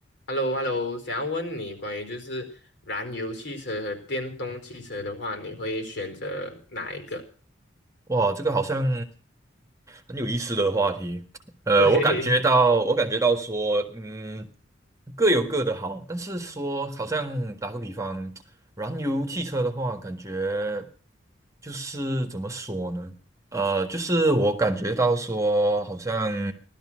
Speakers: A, on the left; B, on the right.
A: h e l l o h e l l o 想要问你关于就是燃油汽车和电动汽车的话，你会选择哪一个？
B: 哇，这个好像很有意思的话题。呃，
A: <laughs>
B: 我感觉到，
A: 嘿嘿，
B: 我感觉到说，嗯，各有各的好，但是说，好像打个比方，燃油汽车的话，感觉就是怎么说呢？呃，就是我感觉到说，好像